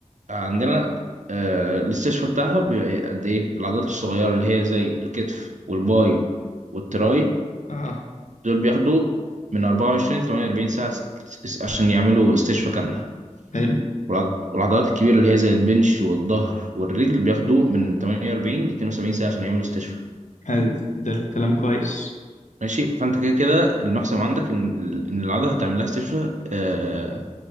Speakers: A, on the right; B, on the left.
A: عندنا آه، الاستشفاء بتاعها بيبقى قد إيه العضلات الصغيرة اللي هي زي الكتف والباي والتراي
B: اه
A: دول بياخدوا من 24 ل 48 ساعة س- س- عشان يعملوا استشفاء كاملة
B: حلو
A: والعض- والعضلات الكبيرة اللي هي زي البنش والظهر والرجل بياخدوا من 48 ل 72 ساعة عشان يعملوا استشفاء
B: حلو ده كلام كويس
A: ماشي فأنت كده كده الماكسيمم عندك إن إن العضلة هتعمل لها استشفاء آه،